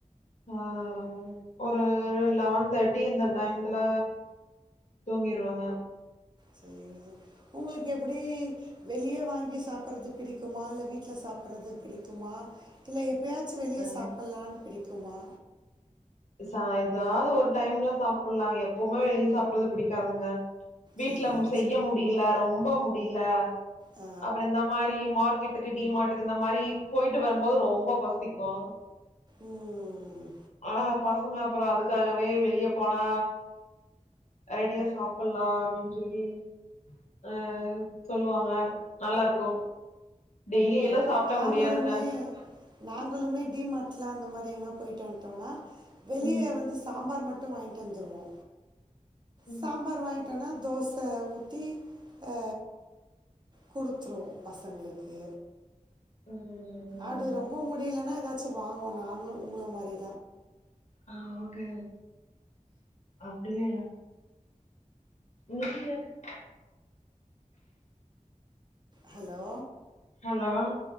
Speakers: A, on the left (about 60°); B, on the right (about 35°).
A: அ ஒரு லெவன் தேர்ட்டி இந்த டைம்த்துல தூங்கிருவங்க
B: செரி செரி உங்களுக்கு எப் ப்படி வெளிய வாங்கி சாப்பிட்றது பிடிக்குமா இல்ல வீட்ல சாப்பிட்றது பிடிக்குமா இல்ல எப் எப்பயாச்சி வெளிய
A: ம்
B: சாப்பிட்லான்னு பிடிக்குமா
A: ந ஏதாது ஒரு டைம்ல சாப்பலாங்க எப்பவுமே வெளிய சாப்பறது பிடிக்காதுங்க வீட்ல
B: சரி
A: செய்ய
B: சரி
A: முடில ரொம்ப மு அப்டில
B: ஆ
A: அப்பறம் இந்த மாரி மார்க்கெட்டுக்கு டி மார்ட்டுக்கு இந்த மாரி போயிட்டு வருபோது ரொம்ப பசிக்கு
B: ம்
A: ஆ பசங்க அப்பறம் அதுக்காகவே வெளிய போனா ரெடியா சாப்பலா அப்டின்னு சொல்லி அ சொல்லுவாங்க நல்லா இருக்கு டெய்லி எல்லா
B: ஆமா
A: சாப்ட்டா
B: நாங்களுமே
A: முடியாதுங்க
B: நாங்களுமே டிமாட்ல அந்த மாரி எங் போயிட்டு வன்ட்டோனா வெளிய
A: ம்
B: வந்து சாம்பார் மட் ட்டு வாங்கிட்டு வந்துருவோ
A: ம்
B: சாம்பார் வாய் தெனா தோச ஊத்தி அ குடுத்துருவோ பசங்களுக்கு
A: ம்
B: அப்டி ரொம்ப முடியலனா இப் ஏதாச்சு வாங்கோ நாங்களு உங்கள மாரி
A: ஆவோ க அப்டியா <unintelligible>
B: ஹலோ
A: ஹலோ